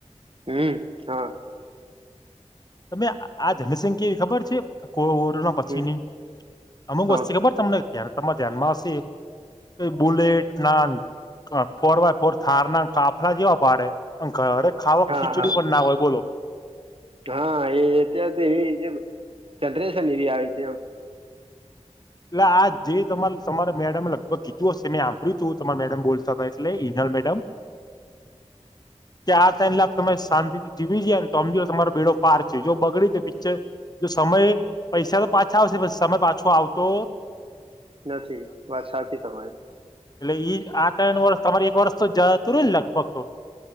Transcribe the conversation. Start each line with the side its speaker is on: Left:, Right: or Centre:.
Right: હમ હા
Left: તમે આ જનસંખ્યા એવી ખબર છે કો પછી
Right: હમ
Left: નહી અમુક
Right: હા
Left: વસ્તી ખબર તમને ધ્યા તમારે ધ્યાનમાં આવશે બુલેટ ના ફોર બાય ફોર થાર ના કાફલા જેવા પાડે અંક અરે ખાવા
Right: હા
Left: ખીચડી
Right: હા
Left: પણ ના હોય બોલો
Right: હા એ અત્યારે તો એવી જે ચનરેશન એવી આવે છે
Left: એટલે આ જે તમારે તમારે મેડમમે લગભગ કીધું હશે મેં સાંભળ્યું તું તમારા મેડમ બોલતા હતા એટલે ઈનલ મેડમ
Right: <inaudible>
Left: કે આ ટ લાફ તમે શાંતિથી જીવી જાય ને તો સમજ તમારો બેડો ફાર છે જો બગડી છે પિક્ચર જો સમય પૈસા તો પાછા આવશે પ સમય પાછો આવતો
Right: નથી વાત સાચી તમારી
Left: એટલે ઈ આ તય્ન વર્ષ તમારે એક વર્ષ તો જતું રયુ ને લગભગ તો?